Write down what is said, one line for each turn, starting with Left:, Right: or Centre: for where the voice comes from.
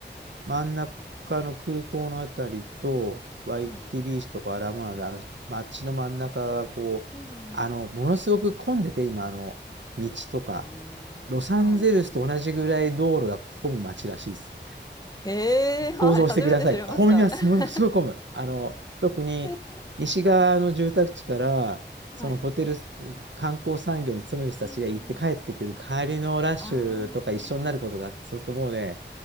Right: 真ん中の空港のあたりと、
Left: はい、
Right: ワイキキビーチとかアラモアナの、
Left: はい。
Right: あの、街の真ん中がこう、
Left: うん。
Right: あの、ものすごく混んでて、今、あの、道とか、
Left: へえ、
Right: ロサンゼルスと同じぐらい道路が混む街らしいです。
Left: はい、はい。へえ、
Right: 想像してください。
Left: はい、初めて知りました。
Right: 混みます。
Left: <laughs>
Right: ものすごい混む。あの、特に西側の住宅地から、
Left: へえ、はい。
Right: そのホテル観光産業に勤める人たちが行って帰ってくる帰りのラッシュとか一緒になることがあって、
Left: うんうん。ああ、
Right: そうするともうね、